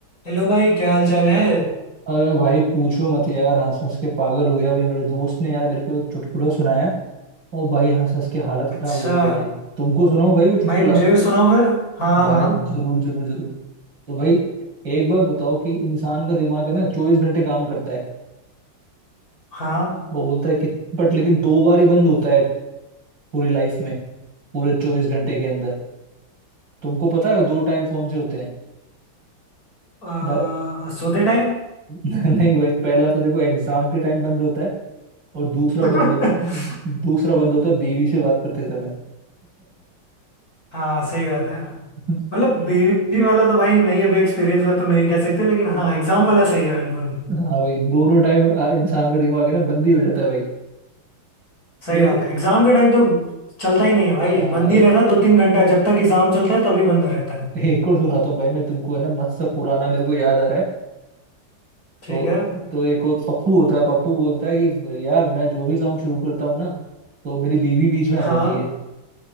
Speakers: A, on the left; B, on the right.
A: हेलो भाई क्या हाल चाल है
B: अरे भाई पूछो मत यार हंस हंस के पागल हो गया अभी मेरे दोस्त ने यार मेरे को एक चुटकुला सुनाया और भाई हंस हंस के हालत
A: अच्छा
B: खराब हो गई भाई तुमको सुनाओ भाई वो चुटकुला
A: भाई मुझे भी सुनाओ फिर हाँ
B: भाई
A: हाँ
B: जरूर जरूर जरूर तो भाई एक बार बताओ कि इंसान का दिमाग है ना चौबीस घंटे काम करता है
A: हाँ
B: वो बोलता है कि बट लेकिन दो बार ही बंद होता है पूरी लाइफ में पूरे चौबीस घंटे के अंदर तुमको पता है वो दो टाइम कौन से होते हैं
A: आ,
B: भाई
A: सोते टाइम
B: <laughs> नहीं भाई पहला तो देखो एग्जाम के टाइम बंद होता है और दूसरा
A: <laughs>
B: बंद हो दूसरा बंद होता है बीवी से बात करते समय
A: हाँ सही बात है
B: <laughs>
A: मतलब बीवी वाला तो भाई नहीं अभी एक्सपीरियंस में तो नहीं कह सकते लेकिन हाँ एग्जाम वाला सही है बिल्कुल
B: हाँ भाई दोनों टाइम इंसान का दिमाग है ना बंद ही हो जाता है भाई
A: सही
B: मेरे
A: बात
B: को
A: है एग्जाम के टाइम तो चलता ही नहीं है भाई
B: आ,
A: बंद
B: ए,
A: ही रहता है दो तीन घंटा जब तक एग्जाम चलता है तभी बंद रहता है
B: एक और सुनाता हूँ भाई मैं तुमको है ना मस्त सा पुराना मेरे को याद आ रहा है
A: ठीक
B: तो
A: है
B: तो एक और पप्पू होता है पप्पू बोलता है कि यार मैं जो भी काम शुरू करता हूँ ना तो मेरी बीवी बीच में आ
A: हाँ
B: जाती है